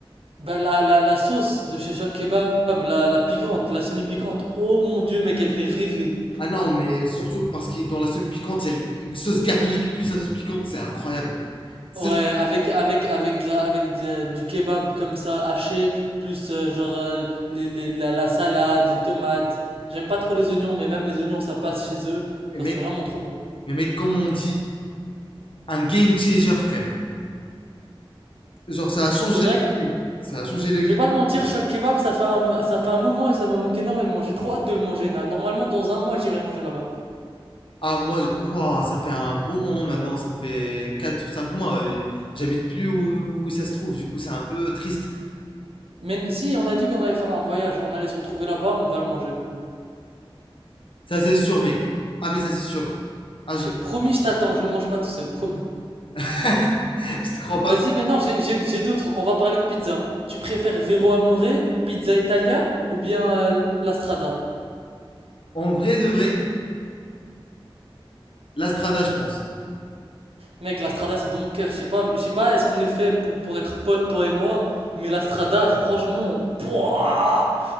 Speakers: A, on the right (about 80°); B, on the left (about 65°).
A: Bah, la, la, la sauce de chez Choc Kebab, la, la piquante, la semi-piquante, oh mon Dieu, mais qu'elle fait rêver.
B: Ah non, mais surtout parce que dans la sauce piquante, il y a la sauce garlic plus la sauce piquante, c'est incroyable. Mec. Ça,
A: Ouais,
B: c'est-
A: avec, avec, avec, de la, avec de la- du kebab comme ça, haché, plus euh, genre euh, les, les- la, la salade, les tomates. J'aime pas trop les oignons, mais même les oignons, ça passe chez eux.
B: mais,
A: Genre,
B: mec,
A: c'est vraiment trop bon.
B: mais mec, comme on dit, un game changer, frère. Genre ça a changé
A: C'est vrai que,
B: le game. Ça a changé le
A: je
B: game.
A: vais pas te mentir, Choc Kebab, ça fait un, ça fait un moment et ça me manque énormément. J'ai trop hâte de le manger, là. Normalement, dans un mois, j'irai manger là-bas.
B: Ah moi, je- Wouah, ça fait un bon moment maintenant, ça fait 4 ou 5 mois. euh, J'habite plus où, où ça se trouve, du coup c'est un peu triste.
A: Mais si, on a dit qu'on allait faire un voyage, on allait se retrouver là-bas, on va le manger.
B: Ça, c'est sûr, mec. Ah, mais ça, c'est sûr. Ah, je...
A: Je- promis, je t'attends, je le mange pas tout seul, promis.
B: <laughs> je te crois pas.
A: Vas-y,
B: trop.
A: maintenant, j'ai, j'ai, j'ai d'autres. On va parler de pizza. Tu préfères Vero Amore, Pizza Italia ou bien euh, La Strada?
B: En vrai de vrai, l'Astrada, je pense.
A: Mec, La Strada, c'est dans mon cœur. Je sais pas, je sais pas, est-ce qu'on est fait pour, pour être potes, toi et moi? Mais La Strada, franchement, pouah,